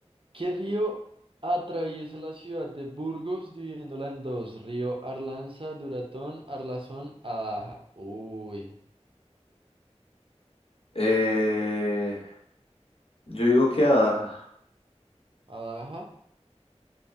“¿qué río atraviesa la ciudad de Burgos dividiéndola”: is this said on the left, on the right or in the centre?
Right